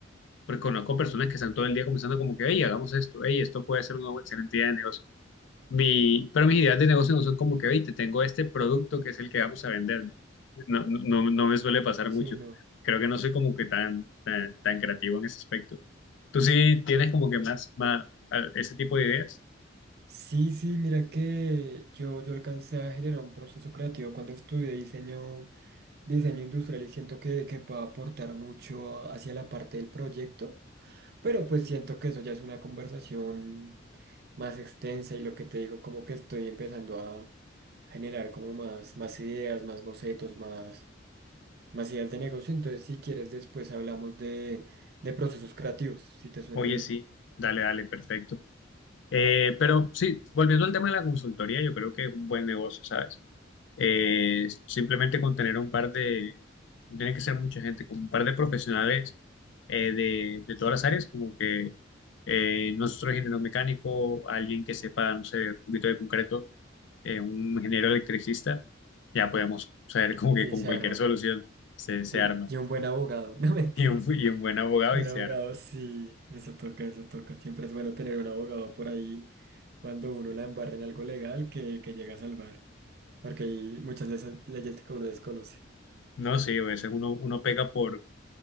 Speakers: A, on the left; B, on the right.
A: Porque conozco personas que están todo el día comenzando como que, hey, hagamos esto, hey, esto puede ser una excelente idea de negocio. Mi, pero mis ideas de negocio no son como que, hey, te tengo este producto que es el que vamos a vender, ¿no? No, no, no no me suele pasar
B: sí,
A: mucho.
B: no.
A: Creo que no soy como que tan, tan, tan creativo en ese aspecto. ¿Tú sí tienes como que más, más a- ese tipo de ideas?
B: Sí, sí, mira que yo, yo alcancé a generar un proceso creativo cuando estudié diseño diseño industrial y siento que, que puedo aportar mucho hacia la parte del proyecto, pero pues siento que eso ya es una conversación más extensa y lo que te digo, como que estoy empezando a generar como más, más ideas, más bocetos, más, más ideas de negocio, entonces si quieres después hablamos de, de procesos creativos, si te suena
A: Oye,
B: bien.
A: sí, dale, dale, perfecto. Eh, pero sí, volviendo al tema de la consultoría, yo creo que es un buen negocio, ¿sabes? Eh, simplemente con tener un par de, no tiene que ser mucha gente, con un par de profesionales eh, de, de todas las áreas, como que eh, nosotros ingeniero mecánico, alguien que sepa, no sé, un poquito de concreto, eh, un ingeniero electricista, ya podemos saber como que
B: Sí,
A: con
B: se
A: cualquier
B: arma.
A: solución se, se
B: Sí,
A: arma.
B: y
A: <laughs>
B: un buen abogado, <laughs> no mentiras.
A: Y un, y un buen abogado
B: Un
A: y se
B: abogado,
A: arma.
B: sí, eso toca, eso toca. Siempre es bueno tener un abogado por ahí cuando uno la embarra en algo legal que, que llega a salvar. Porque hay muchas veces leyes que uno desconoce.
A: No sí a veces uno, uno pega por,